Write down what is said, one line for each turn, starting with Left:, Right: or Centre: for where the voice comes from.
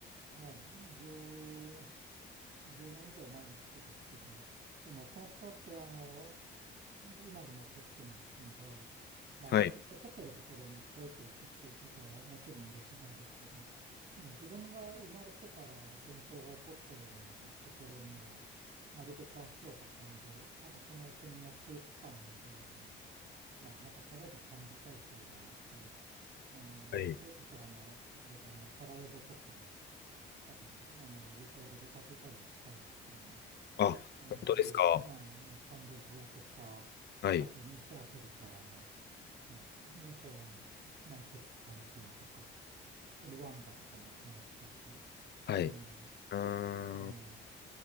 Right: もう十10年以上前のことですけど、でも戦争ってあの、今でも起こってますんで、まあ、
Left: はい、
Right: し起こってるところにぴょいと行くっていうことはもちろんできないですけど、でも自分が生まれてから戦争が起こったようなところには、なるべく足を運んで、なんかその国の空気感みたいなのを、まあなんか肌で感じたいというのはあって、あの、
Left: はい。
Right: それこそあの、さっき出たあの、サラエボとかも、だから、あの、旅行で出かけたりはしたんですよね。
Left: あ、
Right: あの、
Left: 本当ですか。
Right: あるいは、まあ、ねカンボジアとか、
Left: はい、
Right: あと西アフリカのね、方の、まあ、いくつかの国とか、ルワンダとかも行きましたし、
Left: はい。
Right: うん、
Left: うーん、
Right: ええ、